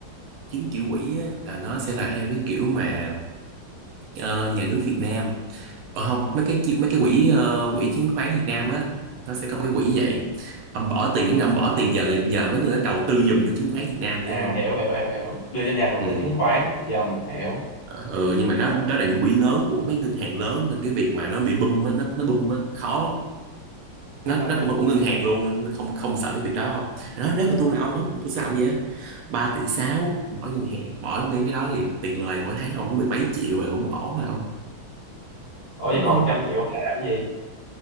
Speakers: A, on the right; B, on the left.
A: chứng chỉ quỹ á, là nó sẽ là theo cái kiểu mà ờ, nhà nước Việt Nam ở không mấy cái chi- mấy cái quỹ ờ, quỹ chứng khoán Việt Nam á nó sẽ có một cái quỹ như vậy ông bỏ tiền
B: ừ.
A: giống như ông bỏ tiền nhờ người, nhờ mấy người đó đầu tư giùm cho chứng khoán Việt Nam vậy
B: à
A: hiểu không
B: hiểu hiểu hiểu hiểu đưa cho nhà đầu
A: ừ.
B: tư chứng khoán dầm hiểu
A: Ờ, nhưng mà nó đó là những quỹ lớn của mấy ngân hàng lớn nên cái việc mà nó bị bung á, nó nó bung á, khó lắm
B: đúng
A: nó nó
B: rồi
A: cũng là của ngân hàng luôn nó không không sợ cái việc đó không đó nếu mà tôi là ông á thì tôi sẽ làm gì á ba tỷ sáu bỏ ngân hàng bỏ mấy cái đó thì tiền lời mỗi tháng ông cũng mười mấy triệu rồi cũng ổn rồi ông
B: ủa vậy
A: đúng
B: còn
A: không
B: trăm triệu ông để làm cái gì